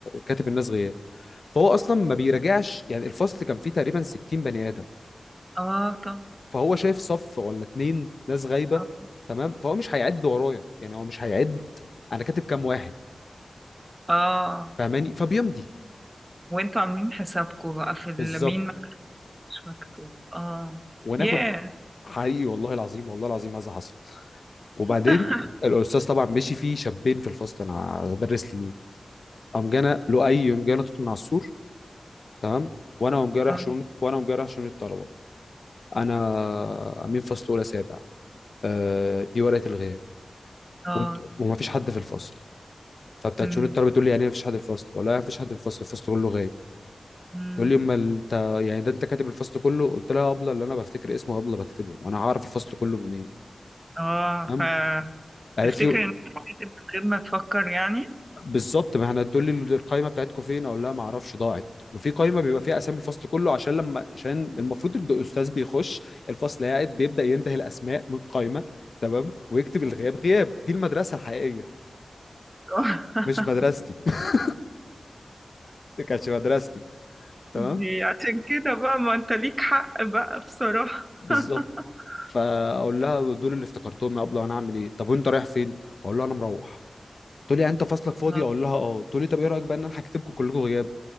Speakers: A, on the left; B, on the right.
A: كاتب الناس غياب فهو اصلا ما بيراجعش يعني الفصل كان فيه تقريبا 60 بني ادم
B: آه، طب
A: فهو شايف صف ولا اتنين ناس غايبه
B: اه
A: تمام فهو مش هيعد ورايا يعني هو مش هيعد انا كاتب كام واحد
B: آه.
A: فاهماني فبيمضي
B: وانتوا عاملين حسابكم بقى في ال-
A: بالظبط
B: مين ما مش مكتوب اه
A: وناخد
B: ياه
A: حقيقي والله العظيم والله العظيم هذا حصل وبعدين
B: <laughs>
A: الاستاذ طبعا مشي فيه شابين في الفصل انا هدرس لمين قام جانا لؤي قام جانا توت من على السور تمام وانا قوم جاي رايح
B: اه
A: شؤون وانا قوم جاي رايح شؤون الطلبه انا امين فصل اولى سابع آه، دي ورقه الغياب
B: اه
A: وانت وما فيش حد في الفصل فبتاعت
B: أمم،
A: شؤون الطلبه تقول لي يعني ايه ما فيش حد في الفصل ولا ما فيش حد في الفصل الفصل كله غايب
B: أمم.
A: تقول لي امال انت يعني ده انت كاتب الفصل كله قلت لها ابله اللي انا بفتكر اسمه ابله بكتبه وانا هعرف الفصل كله منين
B: اه
A: تمام قالت
B: فتفتكر
A: لي
B: ان إنت حسيت من غير ما تفكر يعني
A: بالظبط ما احنا تقول لي القايمه بتاعتكم فين اقول لها ما اعرفش ضاعت ما في قايمه بيبقى فيها اسامي الفصل كله عشان لما عشان المفروض إن الاستاذ بيخش الفصل قاعد بيبدا ينده الاسماء من قايمه تمام ويكتب الغياب غياب دي المدرسه الحقيقيه
B: <laughs>
A: مش مدرستي <laughs> دي كانتش مدرستي تمام
B: دي عشان كده بقى ما انت ليك حق بقى بصراحة
A: بالظبط
B: <laughs>
A: فاقول لها دول اللي افتكرتهم يا ابله انا اعمل ايه طب وانت رايح فين اقول لها انا مروح تقول لي انت فصلك فاضي
B: آه،
A: اقول لها اه تقول لي طب ايه رايك بقى ان انا هكتبكم كلكم غياب